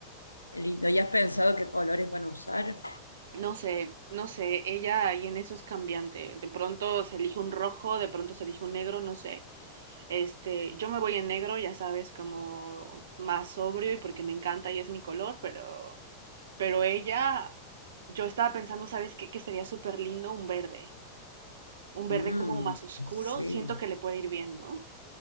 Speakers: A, on the left (about 85°); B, on the right (about 60°).
A: Qué lindo. ¿Y has pensado qué colores van a usar?
B: No sé, no sé, ella ahí en eso es cambiante. De pronto se elige un rojo, de pronto se elige un negro, no sé. Este, yo me voy en negro, ya sabes, como más sobrio y porque me encanta y es mi color, pero, pero ella, yo estaba pensando, ¿sabes qué? Que sería súper lindo un verde, un verde
A: Mm,
B: como más oscuro,
A: sí.
B: siento que le puede ir bien, ¿no?